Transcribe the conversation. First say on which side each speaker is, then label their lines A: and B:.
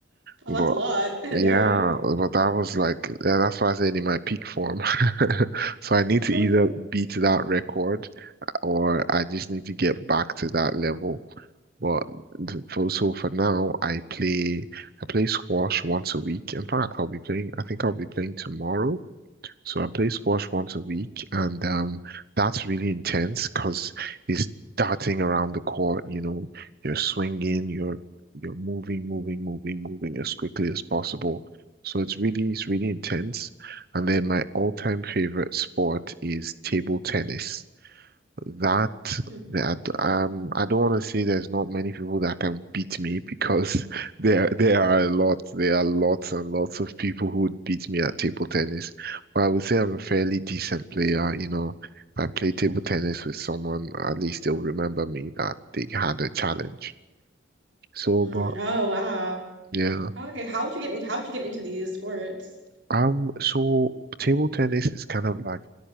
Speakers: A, on the right; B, on the right.
A: Oh,
B: but
A: that's a lot <laughs> in
B: yeah,
A: a day.
B: but that was like yeah, that's why I said in my peak form. <laughs> So I
A: <laughs>
B: need to either beat that record or I just need to get back to that level. But th- for so for now, I play I play squash once a week. In fact, I'll be playing. I think I'll be playing tomorrow. So I play squash
A: Mm,
B: once a week, and um, that's really intense because it's darting around the court. You know, you're swinging, you're you're moving, moving, moving, moving as quickly as possible. So it's really it's really intense. And then my all-time
A: mm,
B: favorite sport is table tennis. That
A: mm,
B: that um, I don't want to say there's not many people that can beat me because <laughs> there there are a lot. There are lots and lots of people who would beat me at table tennis. But I would say I'm a fairly decent player. You know, if I play table tennis with someone, at least they'll remember me that they had a challenge. So,
A: mm.
B: but
A: Oh wow.
B: yeah.
A: Okay, how would you get in, how would you get into these sports?
B: Um, so table tennis is kind of like